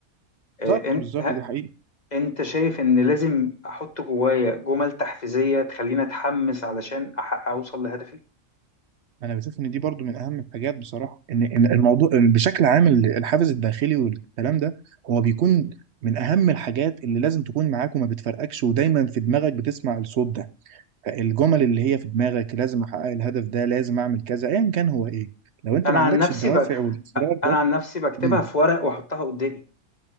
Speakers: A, on the left; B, on the right.
A: آه،
B: بالظبط
A: أنت
B: بالظبط
A: ه-
B: دي حقيقة
A: أنت شايف إن لازم أحط جوايا جمل تحفيزية تخليني أتحمس علشان أحقق أوصل لهدفي
B: انا بشوف ان دي برضو من اهم الحاجات بصراحه ان ان الموضوع بشكل عام ال- الحافز الداخلي والكلام ده هو بيكون من اهم الحاجات اللي لازم تكون معاك وما بتفرقكش ودايما في دماغك بتسمع الصوت ده الجمل اللي هي في دماغك لازم احقق الهدف ده لازم اعمل كذا ايا كان هو ايه لو انت
A: أنا
B: ما
A: عن
B: عندكش
A: نفسي
B: الدوافع
A: ب...
B: والاصرار
A: أنا
B: ده
A: عن نفسي بكتبها
B: مم.
A: في ورق وأحطها قدامي